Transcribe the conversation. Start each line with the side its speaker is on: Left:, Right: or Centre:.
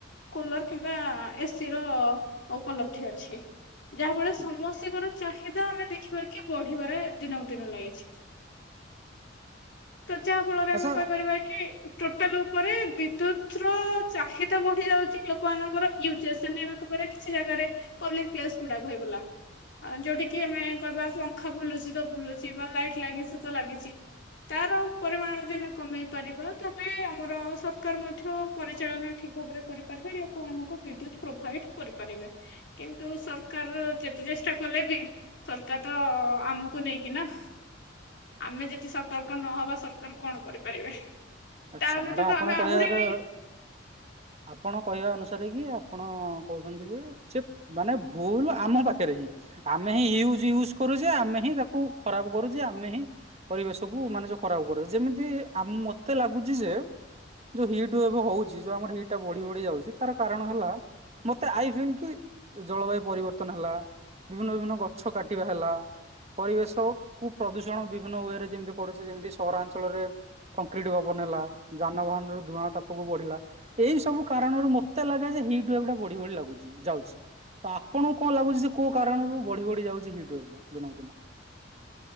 Left: କୁଲର କିମ୍ବା ଏସି ର ଉପଲବ୍ଧି ଅଛି। ଯାହାଫଳରେ
Right: ହୁଁ
Left: ସମସ୍ତିଙ୍କର ଚାହିଦା ଆମେ ଦେଖିବା କି ବଢିବାରେ ଦିନକୁ ଦିନ ଲାଗିଛି। ତ ଯାହାଫଳରେ ଆମେ
Right: ଆଚ୍ଛା
Left: କହିପାରିବା କି, ଟୋ ଟୋଟାଲ ଉପରେ ବିଦ୍ୟୁତ୍ ର ଚାହିଦା ବଢ଼ିଯାଉଚି ଲୋକମାନଙ୍କର ୟୁଜେସ୍। <unintelligible> ତାପରେ କିଛି ଜାଗାରେ ପବ୍ଲିକ୍ ପ୍ଲେସ୍ ଗୁଡ଼ାକ ହେଇଗଲା। ଆଁ ଯୋଉଠି କିି ଆମେ କହିବା ପଙ୍ଖା ବୁଲୁଛି ତ ବୁଲୁଛି ବାର୍ ଲାଇଟ୍ ଲାଗିଛି ତ ଲାଗିଛି। ତାର ପରିମାଣ ଯଦି ଆମେ କମେଇ ପାରିବା, ତାହେଲେ ଆମର ସରକାର ମଧ୍ୟ ପରିଚାଳନା ଠିକ୍ ଭାବରେ କରିପାରିବେ ଲୋକମାନଙ୍କୁ ବିଦ୍ୟୁତ୍ ପ୍ରୋଭାଇଡ୍ କରିପାରିବେ। କିନ୍ତୁ ସରକାର ଯେତେ ଚେଷ୍ଟା କଲେ ବି ସରକାର ତ ଆମକୁ ନେଇକି ନା। ଆମେ ଯଦି ସତର୍କ ନହବା ସରକାର କଣ କରିପାରିବେ,
Right: ଆଚ୍ଛା
Left: ତା ବ୍ୟତୀତ
Right: ମ୍ୟାଡାମ ଆପଣ
Left: ଆମେ
Right: କହିବାର
Left: ଆହୁରି ବି <inaudible>
Right: ଆପଣ କହିବା ଅନୁସାରେ କି ଆପଣ କହୁଛନ୍ତି ଯେ ଯେ ମାନେ ଭୁଲ ଆମ ପାଖରେ ହି। ଆମେ ହିଁ ୟୁଜ ୟୁଜ କରୁଚେ, ଆମେ ହିଁ ତାକୁ ଖରାପ କରୁଚେ, ଆମେ ହିଁ ପରିବେଶକୁ ମାନେ ଯୋଉ ଖରାପ କରୁଚେ ଯେମିତି ଆମ ମତେ ଲାଗୁଚି ଯେ ଯୋଉ ହିଟ୍ ୱେଭ୍ ହଉଚି, ଯୋଉ ଆମର ହିଟ୍ ଟା ବଢ଼ି ବଢ଼ି ଯାଉଚି, ତାର କାରଣ ହେଲା ମତେ ଆଇଫିନ୍ କି ଜଳବାୟୁ ପରିବର୍ତ୍ତନ ହେଲା। ବିଭିନ୍ନ ବିଭିନ୍ନ ଗଛ କାଟିବା ହେଲା। ପରିବେଶ କୁ ପ୍ରଦୂଷଣ ବିଭିନ୍ନ ୱରେ ଯେମିତି କରୁଚେ ଯେମିତି ସହରାଞ୍ଚଳରେ କଂକ୍ରିଟ ଭବନ ହେଲା, ଯାନବାହାନରୁ ଧୂଆଁ ଉତ୍ତାପ ବଢ଼ିଲା। ଏଇ ସବୁ କାରଣରୁ ମତେ ଲାଗେ ଯେ ହିଟ୍ ୱେଭ୍ ଟା ବଢ଼ି ବଢ଼ି ଲାଗୁଚି ଯାଉଛି। ତ ଆପଣଙ୍କୁ କଣ ଲାଗୁଚି ଯେ କୋଉ କାରଣରୁ ବଢ଼ି ବଢ଼ି ଯାଉଛି ହିଟ୍ ୱେଭ୍ ଦିନକୁ ଦିନ?